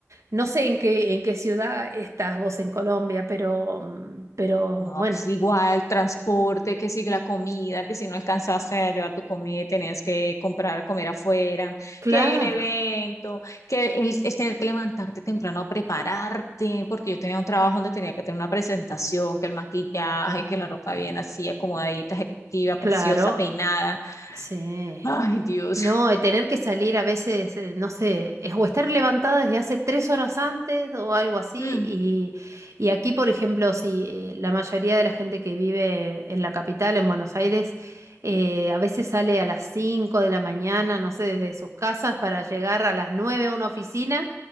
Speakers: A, on the right; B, on the left.
A: no sé en qué, en qué ciudad estás vos en Colombia, pero, mm, pero
B: No,
A: bueno,
B: pues igual, transporte, que si la comida, que si no alcanzaste a llevar tu comida y tenías que comprar, comer afuera,
A: claro,
B: que hay un evento, que el, el tener que levantarte temprano a prepararte, porque yo tenía un trabajo donde tenía que tener una presentación, que el maquillaje, que la ropa bien así, acomodadita, ejecutiva,
A: <laughs> claro,
B: preciosa, peinada.
A: sí.
B: Ay, Dios.
A: No, de tener que salir a veces, eh, no sé, es o estar levantada desde hace tres horas antes o algo así.
B: Mm.
A: Y, y aquí, por ejemplo, si eh, la mayoría de la gente que vive en la capital, en Buenos Aires, eh, a veces sale a las 5 de la mañana, no sé, desde sus casas para llegar a las 9 a una oficina